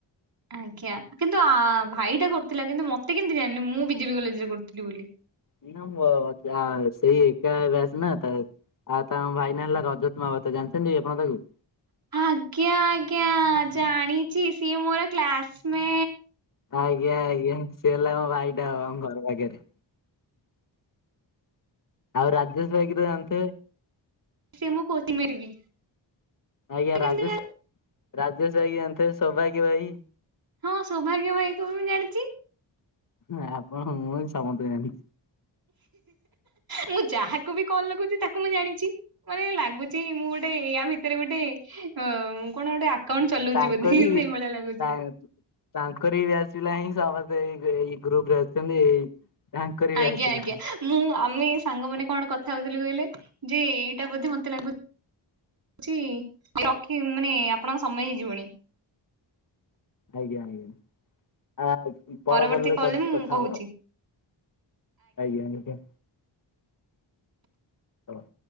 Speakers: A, on the right; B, on the left.
A: ଆଜ୍ଞା କିନ୍ତୁ ଆ ଭାଇଟା କରୁଥିଲା କିନ୍ତୁ ମତେ କେମିତି ଜାଣିଲେ ମୁଁ ବି ଜେ ପି କଲେଜରେ କରୁଥିଲି ବୋଲି।
B: ନିନମ୍ୱ ତା ସେଇ ଏକା ବ୍ୟଚ୍ ନା ତା ଆଉ ତାଙ୍କ ଭାଇ ନାଁ ହେଲା ରଜତ୍ ମାହାବାତ ଜାଣିଛନ୍ତି ଆପଣ ତାକୁ?
A: ଆଜ୍ଞା ଆଜ୍ଞା ଜାଣିଛି ସିଏ ମୋର କ୍ଲାସ୍ ମେ
B: ଆଜ୍ଞା ଆଜ୍ଞା ସିଏ ହେଲା ଭାଇଟା ହବ ଆମ ଘର ପାଖେରେ। ଆଉ ରାଜେଶ୍ ଭାଇକି ତ ଜାଣିଥିବେ।
A: ସେ ମୋ କୋଚିଂ ମେଟ୍ ବି
B: ଆଜ୍ଞା ରାଜେଶ୍
A: କେମିତି ଜାଣି
B: ରାଜେଶ୍ ଭାଇକି ଜାଣିଥିବେ ସୌଭାଗ୍ୟ ଭାଇ
A: ହଁ ସୌଭାଗ୍ୟ ଭାଇକୁ ବି ମୁଁ ଜାଣିଚି।
B: ହଁ ଆପଣ ମୁଁ ସମତ ଜାଣି।
A: ମୁଁ ଯାହାକୁ ବି କଲ୍ ଲାଗଉଛି ତାକୁ ମୁଁ ଜାଣିଛି ମାନେ ଲାଗୁ ମୁଁ ଗୋଟେ ୟା ଭିତରେ ଗୋଟେ ଅ କଣ ଗୋଟେ ଆକାଉଣ୍ଟ ଚଲଉଛି
B: ତାଙ୍କରି
A: ବୋଧେ ସେଇଭଳିଆ ଲାଗୁଛି।
B: ତା ତାଙ୍କରି ବି ଆସିଲା ହିଁ ସମତେ ଏଇ ଏଇ ଗ୍ରୁପ ରେ ଅଛନ୍ତି ଏଇ ତାଙ୍କର
A: ଆଜ୍ଞା
B: ବି ଆସିଲା।
A: ଆଜ୍ଞା ମୁଁ ଆମେ ସାଙ୍ଗ ମାନେ କଣ କଥା ହଉଥିଲୁ କହିଲେ ଯେ ଏଇଟା ବୋଧେ ମତେ ଲାଗୁ ହଉଛି ରଖି ମାନେ ଆପଣଙ୍କ ସମୟ ହେଇଯିବଣି।
B: ଆଜ୍ଞା ଆଜ୍ଞା। ଆ ପର
A: ପରବର୍ତ୍ତୀ
B: କଲ୍ ରେ କରିଛି
A: ମୁଁ
B: କଥା
A: କହୁଛି
B: ହବା ଆଉ ଆଜ୍ଞା ଆଜ୍ଞା। ହ।